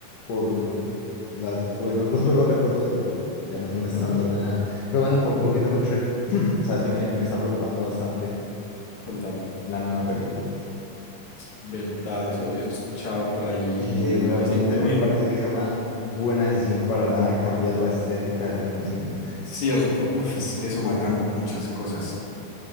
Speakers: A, on the left (about 65°); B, on the left (about 45°).
A: por las buenos, los buenos recuerdos, pero ya no es un estándar
B: Ajá.
A: de nada. Pero bueno, co- volviendo con Shrek, <clears throat> sabes que me,
B: Ujú.
A: me está preocupando bastante
B: Contame.
A: la nueva película.
B: Verdad, eso, eso escuchaba por ahí
A: Eh, realmente
B: recientemente.
A: no me parece que sea una buena decisión para nada cambiar la estética de la animación.
B: Cierto, uf, es que eso mata muchas cosas.